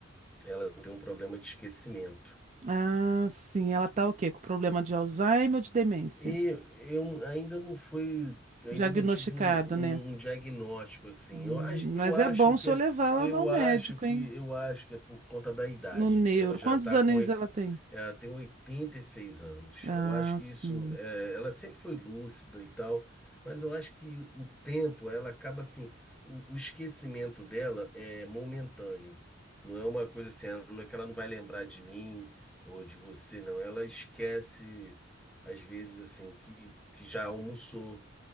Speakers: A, in the centre; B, on the right (about 35°).
A: ela tem um problema de esquecimento.
B: Ah, sim. Ela tá o quê? Com problema de Alzheimer ou de demência?
A: E eu ainda não fui, ainda
B: Diagnosticado,
A: não tive um,
B: né?
A: um um diagnóstico assim.
B: Hum,
A: Eu, ach- eu
B: mas
A: acho
B: é bom o
A: que
B: senhor
A: é,
B: levar ela
A: eu
B: ao médico,
A: acho que
B: hein?
A: eu acho que é por conta da idade.
B: No neuro.
A: Ela já
B: Quantos
A: está
B: anos
A: com
B: ela tem?
A: Ela tem oitenta e seis anos.
B: Ah,
A: Eu acho que
B: sim.
A: isso. é, ela sempre foi lúcida e tal, mas eu acho que o tempo, ela acaba assim. O, o esquecimento dela é momentâneo. Não é uma coisa assim, ela- não é que ela não vai lembrar de mim ou de você, não. Ela esquece, às vezes, assim, que, que já almoçou,